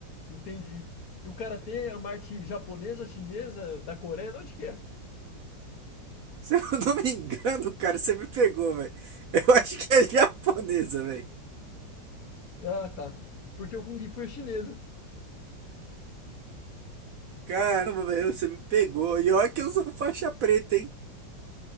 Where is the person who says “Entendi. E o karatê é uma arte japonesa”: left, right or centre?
Left